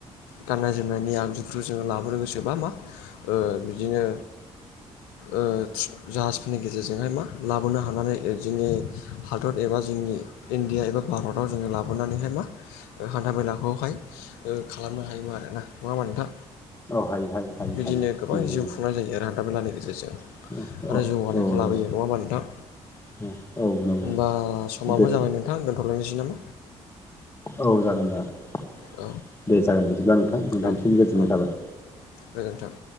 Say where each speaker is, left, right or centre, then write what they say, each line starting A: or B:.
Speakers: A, on the left; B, on the left.
A: गाननाय जोमनायनि आगजुफोरखौ जोङो लाबोनो गोसोबा मा ओ बिदिनो ओ जाहाजफोरनि गेजेरजोंहाय मा लाबोनो हानानै जोंनि हादद एबा जोंनि इनदिया एबा भारताव जोंङो लाब हरनानैहाय मा हान्था मेलाखौहाय ओ खालामनो हायो आरो ना नङा होमबा नोंथां
B: औ हायो हायो हायो
A: बिदिनो
B: हायो
A: गोबां
B: नंगौ
A: जिउ खुंनाय जायो आरो हान्थाामेलानि गेजेरजों
B: नंगौ
A: आरो
B: औ
A: जौगानायखौ
B: औ
A: लाबोयो नङा होमा नोंथां?
B: नंगौ औ नंगौ
A: होमबा समाबो
B: बे
A: जाबाय नोंथां दोनथ'लायनोसै नामा
B: औ जागोन जागोन
A: औ
B: दे जागोन बिदिब्ला नोंथां नोंथांनिसिम
A: औ
B: गोजोननाय
A: औ
B: थाबाय
A: गोजोन्थों